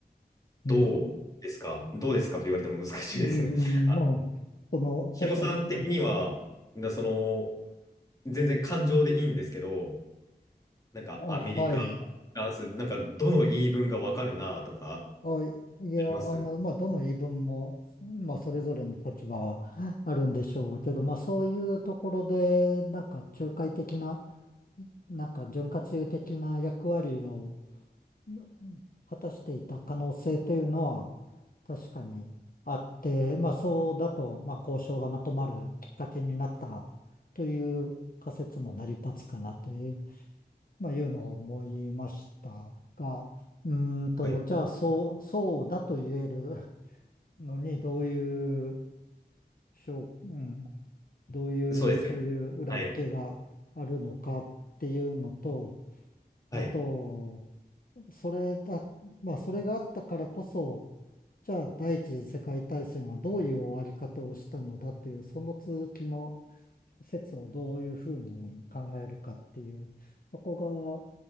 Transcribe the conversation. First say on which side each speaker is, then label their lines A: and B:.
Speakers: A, on the left; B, on the left.
A: うん、
B: どうですかどうですかと言われても難しいですね。
A: うん、
B: <laughs>
A: まあ、その、
B: ヒロさん的には、
A: 確かに、うん
B: だその、全然感情でいいんですけど、なんかアメリカ
A: あ、はい。
B: ランス、なんか、どの言い分がわかるなとか、
A: あ、いや、
B: あります
A: あの、まあ、どの言い分も、まあ、それぞれの立場はあるんでしょうけど、まあ、そういうところで、なんか、仲介的な、なんか、潤滑油的な役割を、の果たしていた可能性というのは確かにあって、まあそうだと、まあ交渉がまとまるきっかけになったという仮説も成り立つかなという、まあいうのを思いましたが、うーんと、
B: はい。
A: じゃあそう、そうだと言えるのにどういう、しょう、うん、どういう、
B: そうですよね。
A: そういう裏付けがあるのかっていうのと、
B: はい。はい。
A: あと、それだ、まあ、それがあったからこそ、じゃあ第一次世界大戦はどういう終わり方をしたのだという、その続きの説をどういうふうに考えるかっていう、そこが